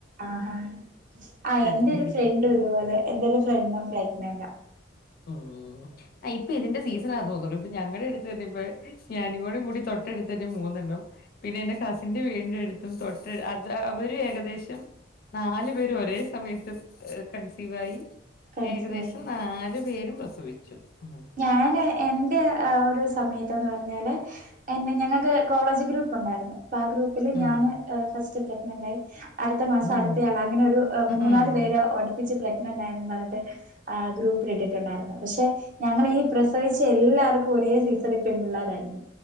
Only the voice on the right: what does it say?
ആ ആഹ് എന്റെ
ഒരു
ഫ്രണ്ട് ഇതുപോലെ എന്റെ ഒരു രണ്ടാം പ്രയത്നംന്താ
കൺസീവ്
ഞാന് എന്റെ ആ ഒരു സമയത്തന്ന് പറഞ്ഞാല് എന്നെ ഞങ്ങൾക്ക് കോളേജ് ഗ്രൂപ്പ് ഉണ്ടായിരുന്നു ആ ഗ്രൂപ്പിൽ
ഞാന് ആ ഫസ്റ്റ് ണ്ടായി അടുത്ത മാസം
അടുത്തയാൾ അങ്ങനൊ ഒരു
മൂന്നാല് പേര് ടിപ്പിച്ചച്ച് പ്ര ണ്ടായും പറഞ്ഞിട്ട് ആ ഗ്രൂപ്പില ഇട്ടിട്ടുണ്ടായിരുന്നു പക്ഷെ ഞങ്ങളി പ്രസവിച്ച എല്ലാവർക്കും ഒരേ സീസണൽ പെൺ പിള്ളേരായിരുന്നു